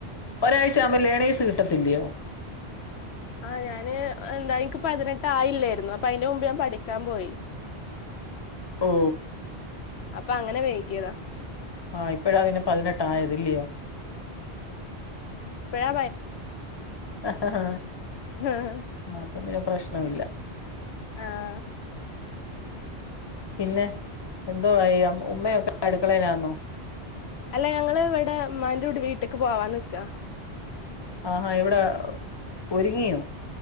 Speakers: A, on the left; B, on the left.
A: ഒരാഴ്ച ആവുമ്പോ ലേണേസ് കിട്ടും. കിട്ടത്തില്ലയോ?
B: ആഹ് ഞാന് എന്താ എനിക്ക് പതിനെട്ട് ആയില്ലായിരുന്നു അപ്പൊ അതിന്റെ മുമ്പ് ഞാൻ പഠിക്കാൻ പോയി.
A: ഓ
B: അപ്പൊ അങ്ങനെ വെയ്കിയതാ.
A: ആഹ് ഇപ്പഴാ പിന്നെ പതിനെട്ടായത് ഇല്ലെയോ?
B: ഇപ്പഴാ
A: ഹ ഹ
B: ഹേ ഹാ
A: അപ്പൊ പിന്നെ പ്രശ്നമില്ല.
B: ആഹ്
A: പിന്നെ എന്തോ ആയി അ ഉമ്മയൊക്കെ അടുക്കളേ ലാന്നോ
B: അല്ല ഞങ്ങള് ഇവടെ ഇമ്മാന്റെ വീട് വീട്ടിക്ക് പോവാന്ന്ക്കാ
A: ആഹാ എവ്ടാ ഒരുങ്ങിയോ